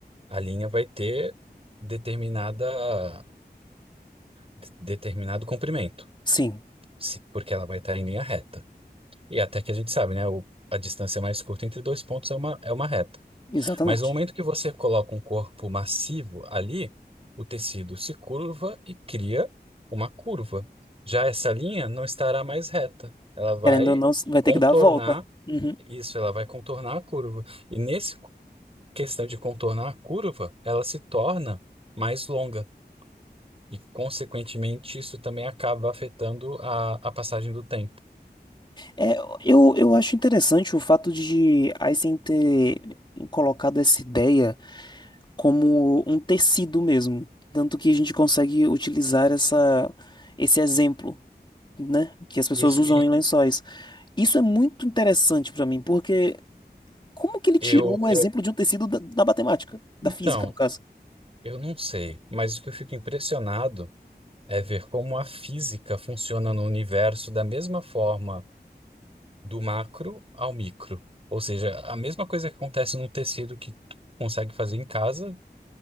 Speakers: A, on the right (about 35°); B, on the left (about 25°).
A: a linha vai ter determinada, de- determinado comprimento,
B: sim.
A: se- porque ela vai estar em linha reta. E até que a gente sabe, né? o- a distância mais curta entre dois pontos é uma, é uma reta.
B: Exatamente.
A: Mas no momento que você coloca um corpo massivo ali, o tecido se curva e cria uma curva. Já essa linha não estará mais reta. Ela vai
B: Querendo ou não, vai
A: contornar
B: ter que dar a volta. Uhum.
A: Isso, ela vai contornar a curva. E nesse questão de contornar a curva, ela se torna mais longa. E, consequentemente, isso também acaba afetando a, a passagem do tempo.
B: É, eu, eu acho interessante o fato de Einstein ter colocado essa ideia como um tecido mesmo. Tanto que a gente consegue utilizar essa, esse exemplo, né? Que as pessoas
A: Isso,
B: usam
A: e
B: em lençóis. Isso é muito interessante pra mim, porque como que ele
A: eu,
B: tirou um
A: eu,
B: exemplo de um tecido da, da matemática, da
A: então,
B: física, no caso?
A: eu não sei, mas o que eu fico impressionado é ver como a física funciona no universo da mesma forma do macro ao micro. Ou seja, a mesma coisa que acontece num tecido que tu consegue fazer em casa